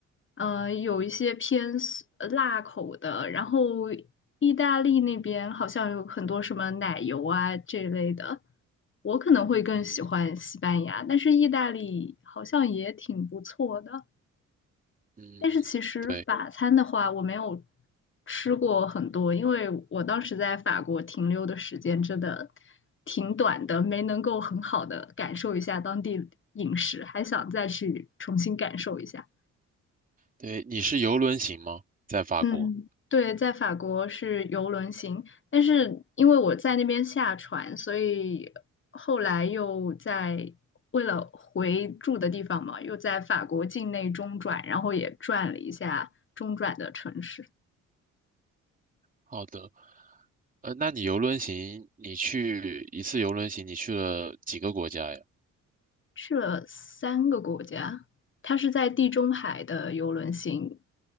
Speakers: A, on the left; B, on the right.
A: 呃，有一些偏 s- 呃辣口的，然后意大利那边好像有很多什么奶油啊这类的。我可能会更喜欢西班牙，
B: 嗯
A: 但是意大利好像也挺不错的。
B: 嗯，
A: 但是其实法餐的话，
B: 对
A: 我没有吃过很多，因为我当时在法国停留的时间真的挺短的，没能够很好的感受一下当地饮食，还想再去重新感受一下。
B: 对，你是游轮型吗？在法国？
A: 嗯，对，在法国是游轮行，但是因为我在那边下船，所以后来又在为了回住的地方嘛，又在法国境内中转，然后也转了一下中转的城市。
B: 好的。呃，那你游轮行，你去一次游轮行，你去了几个国家呀？
A: 去了三个国家，它是在地中海的游轮行，